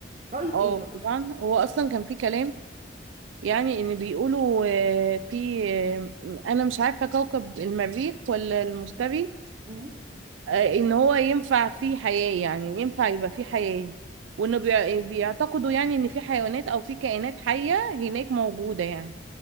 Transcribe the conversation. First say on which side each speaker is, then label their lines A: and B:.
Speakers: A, on the right; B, on the right.
A: رايك
B: اه
A: ايه برضه
B: طبعا هو اصلا كان في كلام يعني ان بيقولوا آه، في آه، انا مش عارفه كوكب المريخ ولا المشتري
A: مم.
B: آه، ان هو ينفع فيه حياه يعني ينفع يبقى فيه حياه وانه بيع- بيعتقدوا يعني ان في حيوانات او في كائنات حيه هناك موجوده يعني